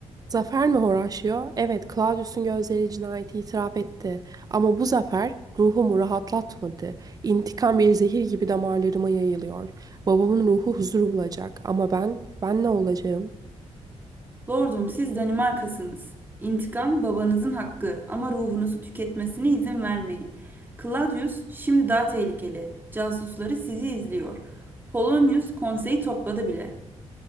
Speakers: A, on the right; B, on the right.
A: Zafer mi Horatio? Evet, Claudius'un gözleri cinayeti itiraf etti. Ama bu zafer ruhumu rahatlatmadı. İntikam bir zehir gibi damarlarıma yayılıyor. Babamın ruhu huzur bulacak. Ama ben, ben ne olacağım?
B: Lordum, siz Danimarkasınız. İntikam babanızın hakkı ama ruhunuzu tüketmesine izin vermeyin. Claudius şimdi daha tehlikeli. Casusları sizi izliyor. Polonius konseyi topladı bile.